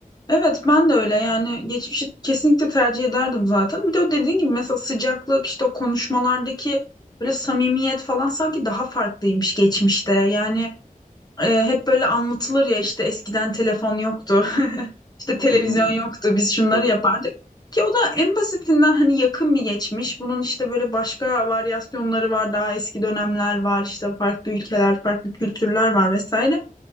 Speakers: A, on the left; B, on the left.
A: Evet ben de öyle yani geçmişi kesinlikle tercih ederdim zaten. Bir de o dediğin gibi mesela sıcaklık işte o konuşmalardaki böyle samimiyet falan sanki daha farklıymış geçmişte. Yani e, hep böyle anlatılır ya işte eskiden telefon yoktu, <laughs> işte televizyon
B: Hı hı.
A: yoktu biz şunları
B: Evet.
A: yapardık. Ki o da en basitinden hani yakın bir geçmiş. Bunun işte böyle başka varyasyonları var daha eski dönemler var işte farklı ülkeler farklı kültürler var vesaire.